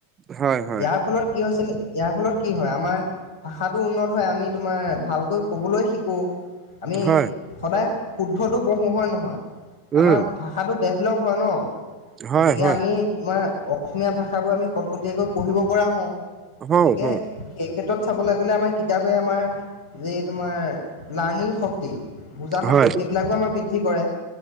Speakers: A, on the right; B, on the left.
A: হয় হয়
B: ইয়াৰ ফলত কি হৈছিল ইয়াৰ ফলত কি হয়, আমাৰ ভাষাটো উন্নত হয় আমি তোমাৰ ভালকৈ ক'বলৈ শিকোঁ। আমি
A: হয়
B: সদায় শুদ্ধটো পঢ়োঁ হয় নহয়, আমাৰ
A: উম
B: ভা- ষাটো ডেভলপ হয় ন,
A: হয়
B: গতিকে
A: হয়
B: আমি তোমাৰ অ অসমীয়া ভাষাবোৰ আমি কটকটীয়াকৈ পঢ়িব পৰা হওঁ,
A: হওঁ
B: গতিকে
A: হওঁ
B: এই ক্ষেত্ৰত চাবলে গ'লে আমাৰ কিতাপে আমাৰ যে তোমাৰ লাৰ্ণিং শক্তি বুজা শক্তি
A: হয়
B: সেইবিলাকো আমাৰ বৃদ্ধি কৰে।